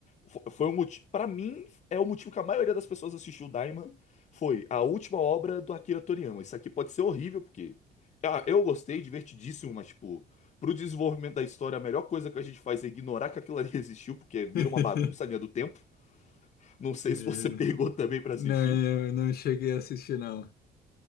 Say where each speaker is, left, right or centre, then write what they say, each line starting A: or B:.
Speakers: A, on the left; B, on the left.
A: fo- Foi um motivo. Pra mim é o motivo que a maioria das pessoas assistiu Daima foi a última obra do Akira Toriyama. Isso aqui pode ser horrível, porque ah, eu gostei, divertidíssimo, mas tipo, pro desenvolvimento da história, a melhor coisa que a gente faz é ignorar que aquilo ali <laughs> existiu, porque vira
B: <laughs>
A: uma bagunça a linha do tempo. Não sei
B: Imagina.
A: se você <laughs> pegou também pra
B: Não,
A: assistir.
B: eu não cheguei a assistir, não.